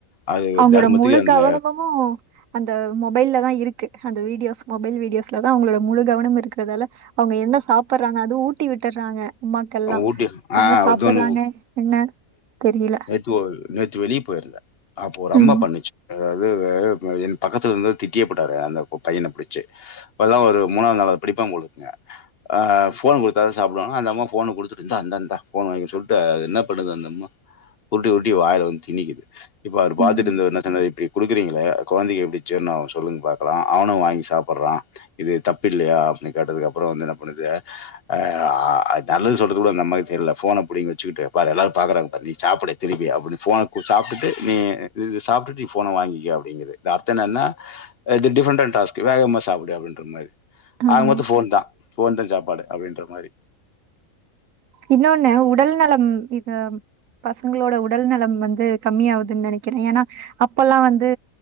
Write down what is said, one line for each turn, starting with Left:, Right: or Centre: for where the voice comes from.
Left: அது
Right: அவங்களோட
Left: தர்மத்துக்கு
Right: முழு
Left: அந்த
Right: கவனமும் அந்த மொபைல்ல தா இருக்கு அந்த வீடியோஸ் மொபைல் வீடியோஸ்ல தா அவங்களோட முழு கவனமும் இருக்கறதால அவங்க என்ன சாப்பிடுறாங்க அதுவும் ஊட்டி விட்டுறாங்க அம்மாக்கள்லா
Left: ஊட்டி ஆ
Right: என்ன சாப்பிடுறாங்க
Left: அதுன்னு
Right: என்ன தெரியல
Left: தோல் நேத்து வெளிய போயிருந்த அப்போ ஒரு அம்மா
Right: ம்.
Left: பண்ணுச்சு அதாவது என் பக்கத்துல இருந்த திட்டியேப்புட்டாரு அந்த பையன புடிச்சி இப்பதா ஒரு மூணாவது நாளாவது படிப்பான் போல் இருக்குங்க அ போன் குடுத்தாதா சாப்டுவானா அந்த அம்மா போன குடுத்துட்டு இந்தா இந்தா இந்தா போன் வாங்கி சொல்ட்டு என்ன பண்ணுது அந்தம்மா உருட்டி உருட்டி வயில வந்து திணிக்குது இப்ப அவர் பாத்துட்டு
Right: ம்.
Left: இருந்தவரு என்னா சொன்னாரு இப்டி குடுக்குறீங்ளே அது கொழந்தைக்கு எப்டி ஜீர்னாகு சொல்லுங் பாக்லா அவனு வாங்கி சாப்பட்றா இது தப்பில்லயா அப்டின்னு கேட்டதுக்கு அப்றோ வந்து என்ன பண்ணுது அ நல்லது சொல்றது கூட அந்தம்மாக்கு தெர்ல போன புடுங்கி வச்சுகிட்டுப் பாரு எல்லாரு பாக்கறாங்க பாரு நீ சாப்புடு திரும்பியு அப்டினு போன் கொஞ் சாப்டுட்டு நீ இது சாப்டுட்டு நீ போன வாங்கிக்கோ அப்டிங்குது இது அர்த்தோ என்னனா இது டிஃரெண்டன்ட் டாஸ்க் வேகமா சாப்புடு அப்டின்ற மாரி
Right: ஆமா.
Left: ஆக மொத்தோ போன்தா போன்தா சாப்பாடு அப்டின்ற மாரி
Right: இன்னொன்னு உடல் நலம் இது பசங்களோட உடல் நலம் வந்து கம்மி ஆவுதுன் நெனைக்கற ஏன்னா அப்பல்லா வந்து